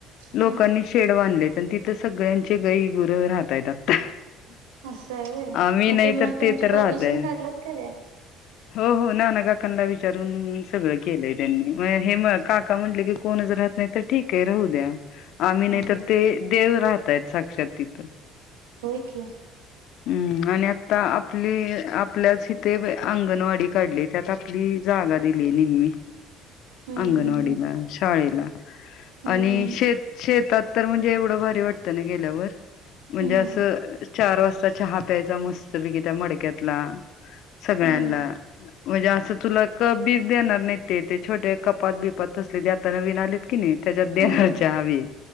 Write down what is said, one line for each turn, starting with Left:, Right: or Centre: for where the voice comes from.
Right: हम्म
Left: लोकांनी शेड बांधलेत आणि तिथं सगळ्यांचे गई गुरं राहतायेत आता
Right: असं आहे व्हय
Left: आम्ही
Right: मग
Left: नाही
Right: तुम
Left: तर
Right: तुमची
Left: ते तर
Right: परमिशन
Left: राहतय
Right: काढलात काय
Left: हो हो नानाकाकांना विचारून सगळं केलंय त्यांनी म हे काका म्हटलं की कोणच राहत नाही तर ठीक आहे राहू द्या आम्ही
Right: हम्म
Left: नाही तर ते देव राहतय स साक्षात तिथं
Right: होय की
Left: हुं आणि आता आपली आपल्याच इथे आ गणवाडी काढली त्यात आपली जागा दिली निम्मी
Right: हम्म
Left: अंगणवाडीला शाळेला
Right: हम्म
Left: आणि शेत शेतात तर म्हणजे एवढं भारी वाटत ना गेल्यावर म्हणजे
Right: हम्म
Left: अस चार वाजता चहा प्यायचा मस्तपैकी त्या मडक्यातला सगळ्यांनला
Right: हम्म
Left: म्हणजे असं तुला कप बीप देणार नाही ते छोटे कपात बिपात तसले ते आता नवीन आलेत कि नाही त्याच्यात देरच्या
Right: हम्म हम्म
Left: हवी